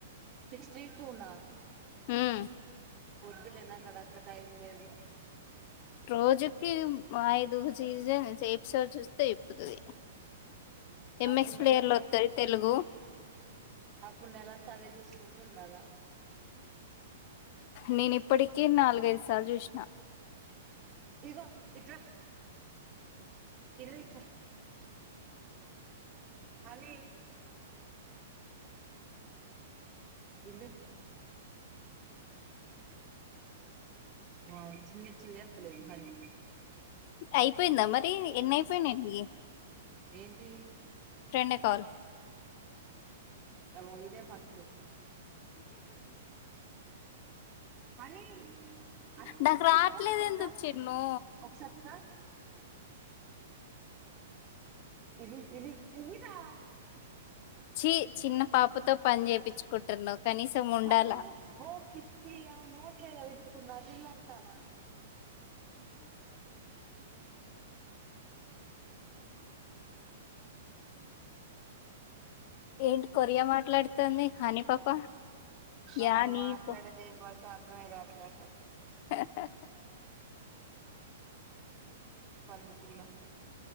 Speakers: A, on the right; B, on the left.
A: జీ తునా
B: హమ్
A: వద్దులే నాక్కడంత టైమ్ లేదు
B: రోజకి ఐదు చీ జె చిప్స్ చూస్తయి పతుంది ఎంఎక్స్
A: అప్పుడు
B: ప్లేయర్
A: నెలంతా
B: లో వస్తంది తెలుగు
A: అప్పుడు నెలంతా అదే చూసుకుంటూ ఉండాల
B: నేను ఇప్పటికే నాలుగైదుసార్లు చూసిన
A: ఇగో ఇట్రా ఇల్ల ఇట్రా హనీ <unintelligible> ఆ చిల్న్న చిల్లి ఎత్తలేదు హనీ
B: అయిపోయిందా మరి నీకు ఎన్న అయిపోయినాయి నీకి
A: ఏంటి
B: రెండే కాల్
A: ఎ మ ఇద ఫస్ట్ కానీ అ తీగా
B: నాకు
A: తింటే
B: రావట్లేదు
A: ఇ
B: ఎందుకు చిన్ను
A: ఔషత్ ఇది ఇది ఇయ్యూరా
B: చి చిన్న పాపతో పని చేపించుకుంటున్నావు కనీసం ఉండాలా
A: పన్నీ పో పిచ్చి అ నోట్ల ఎదా విట్ ఉన్నది అంటానా
B: ఏంటి కొరియా మాట్లాడుతుంది హానీ పాప యా
A: ఆమె
B: నీ
A: మాట్లాడేది
B: తో
A: <inaudible>
B: హా హా
A: పందు కిలో